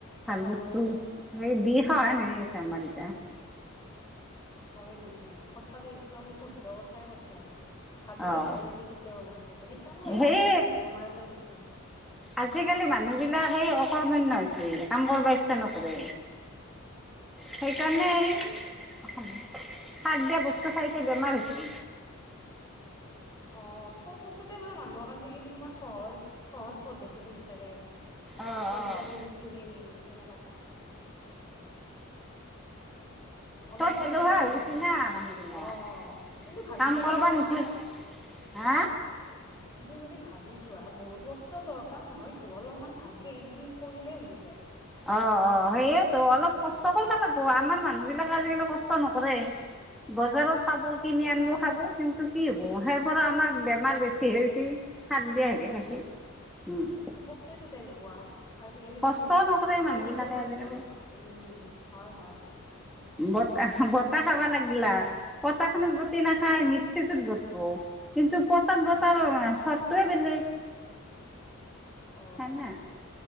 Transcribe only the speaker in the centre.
ভাল
বস্তু।
এই বিষা ন আছে আমাৰ এতিয়া
অ',
সেই
আজিকালি মানুহ বিলাক এই অকমানণ্য হৈছে কাম কৰিব ইচ্ছা নকৰে।
সেইকাৰণে এই সাৰ দিয়া বস্তু খাইছে বেমাৰ হৈছে।
অ',
অ'।
চব এলেহুৱা
হৈ
গৈছে না মানুহবিলাক
কাম
কৰবা
নোখোজ হা,
অ অ সেইয়েতো অলপ কষ্ট কৰিব লাগ ব আমাৰ মানুহ বিলাক আজিকালি কষ্ট নকৰেই। বজাৰত পাব কিনি আনিব খাব কিন্তু কি হ'ব সেই পৰা আমাৰ বেমাৰ বেছি হৈছে। খাদ দিয়া হে খাই খেই উম,
কষ্টও
নকৰে
মানুহবিলাকে
আজিকালি।
বতাহ বতাহ খাবা লাগিলাক পতা খত বটি নাখায় মিক্সিটোত বটবো। কিন্তু পটাত বতাৰ সতটোয়ে বেলেগ।
হয়নে